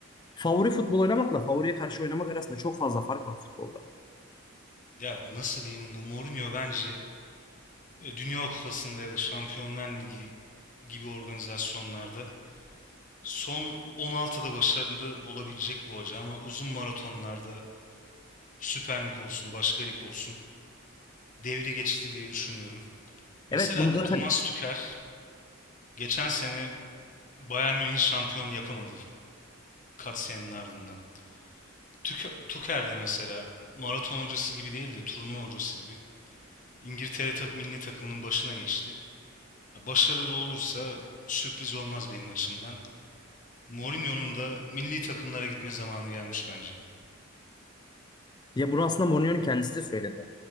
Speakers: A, on the left (about 20°); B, on the left (about 40°).
A: favori futbol oynamakla favoriye karşı oynamak arasında çok fazla fark var futbolda.
B: Ya nasıl diyeyim bu Mourinho bence e, Dünya Kupası'nda ya da Şampiyonlar Ligi gibi organizasyonlarda son 16'da başarılı olabilecek bu hoca ama uzun maratonlarda Süper Lig olsun, başka lig olsun. Devri geçti diye düşünüyorum. Mesela
A: Evet bunu zaten
B: Thomas Tuchel geçen sene Bayern Münih şampiyon yapamadı kaç senenin ardından. Tuchel Tuchel de mesela maraton hocası gibi değil de turnuva hocası gibi İngiltere tak milli takımının başına geçti. Ya Başarılı olursa sürpriz olmaz benim açımdan. Mourinho'nun da milli takımlara gitme zamanı gelmiş bence.
A: ya bunu aslında Mourinho'nun kendisi de söyledi.